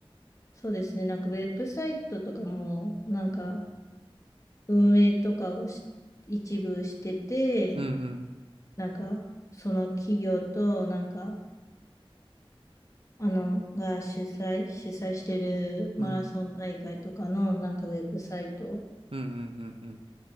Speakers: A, on the left; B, on the right.
A: そうですね、なんか、ウェブサイトとかも、なんか、運営とかをし一部してて、
B: うんうん
A: なんか、その企業と、なんか、あの、が主催、主催してるマラソン大会とかの、
B: うん
A: なんか、ウェブサイト
B: うんうんうんうん